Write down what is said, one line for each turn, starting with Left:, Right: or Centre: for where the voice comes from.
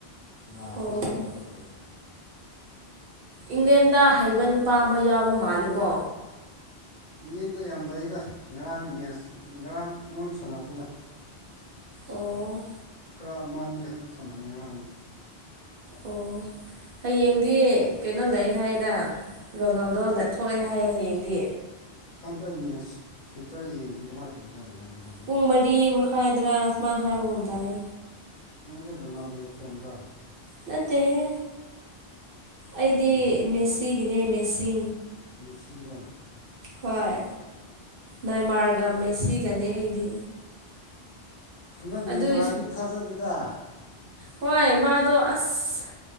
Left: ꯂꯥꯁꯇꯗꯤ
Right: ꯑꯣ
Left: ꯑꯃꯨꯛ ꯇꯧꯔꯛꯑꯦ
Right: ꯏꯪꯂꯦꯟꯗ ꯍꯩꯕ ꯅꯨꯄꯥ ꯑꯃ ꯌꯥꯎꯕ ꯃꯥꯜꯂꯤ ꯀꯣ
Left: ꯏꯪꯂꯦꯟꯗ ꯌꯥꯝ ꯂꯩꯗ ꯉꯔꯥꯡ ꯃꯦꯠꯁ ꯉꯔꯥꯡ ꯃꯣꯏ ꯁꯥꯟꯅꯇꯦꯗꯥ
Right: ꯑꯣ
Left: ꯈꯔ ꯑꯃ ꯑꯅꯤ ꯈꯛꯇ ꯁꯥꯟꯅꯩ ꯉꯔꯥꯡꯗꯤ
Right: ꯑꯣ ꯍꯌꯦꯡꯗꯤ ꯀꯩꯅꯣ ꯂꯩ ꯍꯥꯏꯌꯦꯅꯥ ꯔꯣꯅꯥꯜꯗꯣ ꯊꯣꯛꯑꯦ ꯍꯥꯏꯌꯦ ꯍꯌꯦꯡꯗꯤ
Left: ꯈꯪꯗꯦ ꯃꯦꯠꯁ ꯐ꯭ꯌꯨꯆꯔ ꯌꯦꯡꯗꯦ ꯀꯃꯥꯏꯟ ꯇꯧꯗꯅ ꯂꯩꯔꯕꯅꯣ
Right: ꯄꯨꯡ ꯃꯔꯤ ꯃꯈꯥꯏꯗꯔꯥ ꯁꯨꯃꯥꯏ ꯍꯥꯏꯕꯒꯨꯝ ꯇꯧꯋꯦ
Left: ꯅꯪꯁꯨ ꯔꯣꯅꯥꯜꯗꯣꯒꯤ ꯐꯦꯟꯔꯣ
Right: ꯅꯠꯇꯦꯍꯦ ꯑꯩꯗꯤ
Left: ꯀꯅꯥꯏ
Right: ꯃꯦꯁꯤꯒꯤꯅꯦ ꯃꯦꯁꯤ
Left: ꯃꯤꯁꯤꯔꯣ
Right: ꯍꯣꯏ ꯅꯥꯏꯃꯥꯔꯒ ꯃꯦꯁꯤꯒꯅꯦ ꯑꯩꯗꯤ
Left: ꯍꯟꯗꯛ
Right: ꯑꯗꯨ
Left: ꯅꯦꯃꯥꯔꯗꯤ ꯊꯥꯖꯗꯦꯗꯥ
Right: ꯍꯣꯏ ꯃꯥꯗꯣ ꯑꯁ